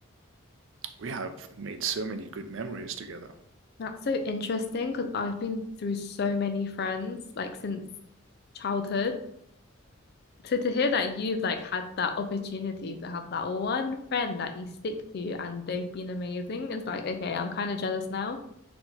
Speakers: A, on the right; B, on the left.
A: We have made so many good memories together.
B: That's so interesting because I've been through so many friends like since childhood. So to hear that you've like had that opportunity to have that one friend that you stick to and they've been amazing is like, okay, I'm kind of jealous now,